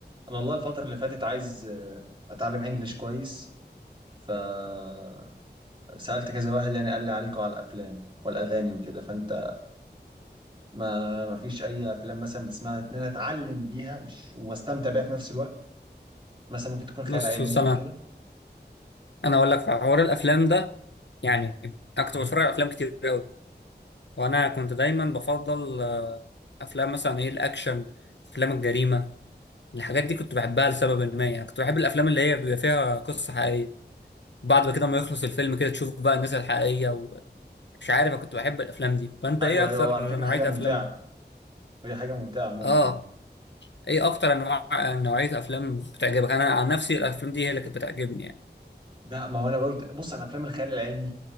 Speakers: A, on the right (about 25°); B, on the left (about 85°).
A: انا والله الفتره اللي فاتت عايز آه، اتعلم انجليش كويس فسالت كذا واحد يعني قال لي عليكم على الافلام والاغاني وكده فانت ما ما فيش اي افلام مثلا بتسمعها ان انا اتعلم بيها مش واستمتع بيها في نفس الوقت مثلا ممكن تكون خيال
B: بص
A: علمي
B: هسام
A: او كده
B: انا اقول لك حوار الافلام ده يعني انا كنت بتفرج على افلام كتير قوي وانا كنت دايما بفضل آه، افلام مثلا ايه الاكشن افلام الجريمه الحاجات دي كنت بحبها لسبب ما يعني كنت بحب الافلام اللي هي بيبقى فيها قصه حقيقيه بعد كده ما يخلص الفيلم كده تشوف بقى الناس الحقيقيه ومش عارف انا كنت بحب الافلام دي فانت
A: ايوه
B: ايه اكتر
A: ايوه هو على فكره
B: نوعيه
A: حاجه ممتعه
B: افلام
A: هي حاجه ممتعه عموما
B: اه
A: يعني
B: ايه اكتر انواع نوعيه افلام بتعجبك انا عن نفسي الافلام دي هي اللي كانت بتعجبني يعني
A: لا ما هو انا برضه بص انا افلام الخيال العلمي